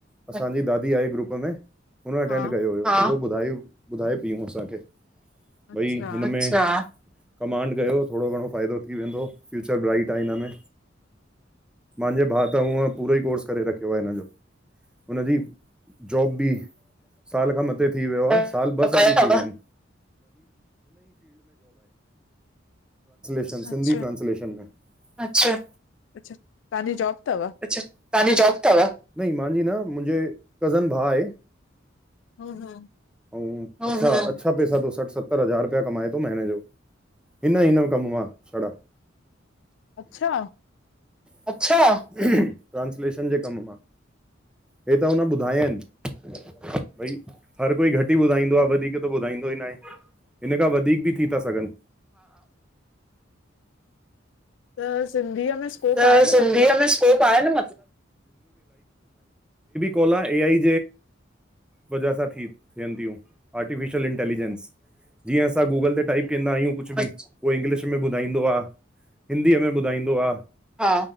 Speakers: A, in the centre; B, on the left (about 65°).
A: असांजी दादी आहे ग्रुप में हुन अटेंड
B: हा
A: कयो हुयो। ॿ ॿुधाए पियूं असांखे
B: अच्छा
A: भई हिन में भॻवान कयो थोड़ो घणो फ़ाइदो थी वेंदो फ्यूचर ब्राइट आहे हिन में मुंहिंजे भाउ त हूअं पूरो ई कोर्स करे रखियो आहे हिनजो। हुनजी जॉब बि साल खां मथे थी वियो आहे साल ब कयो तव <unintelligible> सिंधी
B: अच्छा
A: ट्रांसलेशन में अच्छा
B: अच्छा तव्हांजी जॉब अथव
A: तव्हां जु जॉब अथव मुंहिंज न मुंहिंजे कज़न भाउ आहे,
B: हम हू
A: ऐं <unintelligible> पैसा थो सठ सतरि हज़ार रुपया कमाए थो महीने जो हिन हिन कम मा छडा्।
B: अच्छा
A: अच्छा ट्रांसलेशन जे कम मां हे त हुन ॿुधाया आहिनि। भई हर कोई घटि ई ॿुधाईंदो आहे वधीक त ॿुधाईंदो ई न आहे। हिन खां वधीक बि थी था सघनि।
B: त सिंधीअ में स्कोप
A: त
B: आहे
A: सिंधी
B: न मत
A: में सिंधी में स्कोप आहे न मतलब‌ ए आई वजह सां थी थियनि थियूं आर्टिफिशल इंटेलिजेंस जीअं असां गूगल ते टाइप कंदा आहियूं कुझु बि उहो इंग्लिश में ॿुधाईंदो आहे। हिंदीअ में ॿुधाईंदो आहे